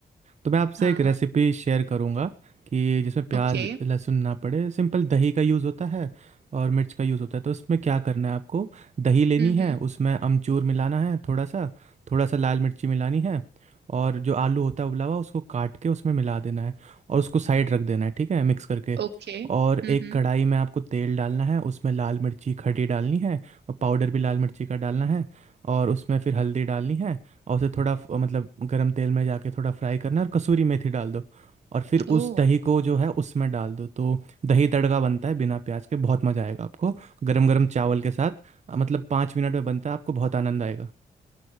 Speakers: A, on the right (about 40°); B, on the right (about 75°).
A: तो मैं आपसे
B: हाँ
A: एक
B: हाँ
A: रेसिपी शेयर करूंगा कि जिसमें प्याज
B: ओके
A: लहसुन ना पड़े सिंपल दही का यूज़ होता है और मिर्च का यूज़ होता है तो इसमें क्या करना है आपको दही लेनी
B: हम्म
A: है
B: हम्म
A: उसमें अमचूर मिलाना है थोड़ा सा थोड़ा सा लाल मिर्ची मिलानी है और जो आलू होता है उबला हुआ उसको काट के उसमें मिला देना है और उसको साइड रख देना है ठीक है मिक्स करके
B: ओके हम्म
A: और एक
B: हम्म
A: कढ़ाई में आपको तेल डालना है उसमें लाल मिर्ची खड़ी डालनी है और पाउडर भी लाल मिर्ची का डालना है और उसमें फिर हल्दी डालनी है और उसे थोड़ा फ- मतलब गरम तेल में जाके थोड़ा फ्राई करना है और कसूरी मेथी डाल दो और फिर
B: ओ
A: उस दही को जो है उसमें डाल दो तो दही तड़का बनता है बिना प्याज के बहुत मज़ा आएगा आपको गरम गरम चावल के साथ अ, मतलब पाँच मिनट में बनता है आपको बहुत आनंद आएगा